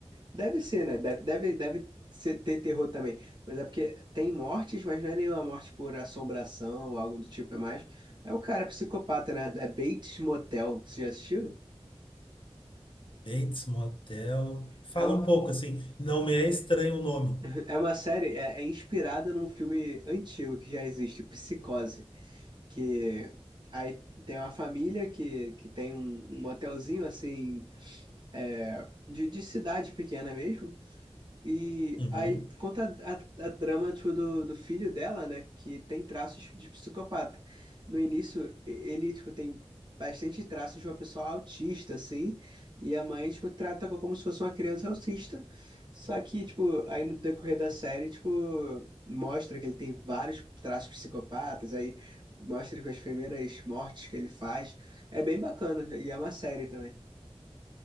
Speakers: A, on the right; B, on the left.
A: Deve ser, né? Deve, deve, deve ser- ter terror também. Mas é porque tem mortes, mas não é nenhuma morte por assombração ou algo do tipo. É mais. É o cara psicopata, né? É Bates Motel. Você já assistiu?
B: Bates Motel. Fala
A: É uma,
B: um pouco, assim, não me é estranho o nome.
A: <laughs> é uma série, é, é inspirada num filme antigo que já existe, Psicose. Que aí tem uma família que, que tem um, um motelzinho assim, é, de, de cidade pequena mesmo. E
B: Uhum.
A: aí conta a, a, a drama tipo, do, do filho dela, né? Que tem traços de psicopata. No início, e- ele tipo, tem bastante traços de uma pessoa autista, assim. E a mãe tipo, trata co- como se fosse uma criança autista. Só que, tipo, aí no decorrer da série, tipo, mostra que ele tem vários traços psicopatas. Aí mostra tipo, as primeiras mortes que ele faz. É bem bacana. E é uma série também.